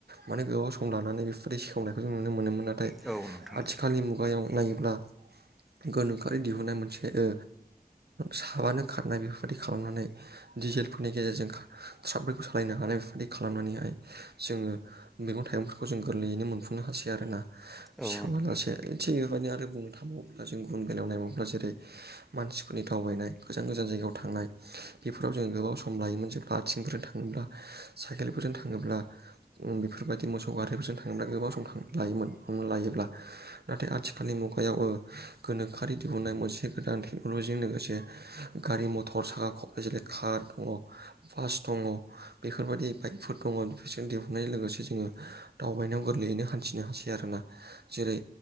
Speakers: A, on the right; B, in the centre.
A: माने गोबाव सम लानानै बेफोरबायदि सेवनायखौ जों नुनो मोनोमोन नाथाय
B: औ नोंथां
A: आथिखालनि मुगायाव नायोब्ला गोनोखोआरि दिहुनाय मोनसे ओ साबानो खारनाय बेफोरबायदि खालामनानै दिडिजेलफोरनि गेजेरजों ट्राफखौ सालायनो हानाय बेफोरबादि खालामनानैहाय जोङो मैगं थाइगंफोरखौ जों गोरलैयैनो मोनफुंनो हासै आरोना
B: औ नोंथां उम
A: थ'वलासे थिग बेबदिनो आरो बुंनो थाङबोब्ला जों गुबुन बेलायाव नायबोब्ला जेरै मानसिफोरनि दावबायनाय गोजान गोजान जायगायाव थांनाय बेफोराव जों गोबाव सम लायोमोन जे बाथिंफोरजों थाङोब्ला साइकेलफोरजों थाङोब्ला बेफोरबायदि मोसौ गारिफोरजों थाङोब्ला गोबाव सम लायोमोन हमना लायोब्ला। नाथाय आथिखालनि मुगायाव ओ गोनोखोआरि दिहुननाय मोनसे गोदान टेक्न'ल'जिजों लोगोसे गारि मथर साखा खब्रै जेरै कार दङ, बास दङ बेफोरबायदि बाइकफोर दङ बेफोरजों दिहुननाय लोगोसे जोङो दावबायनायाव गोरलैयैनो हान्थिनो हासै आरोना जेरै।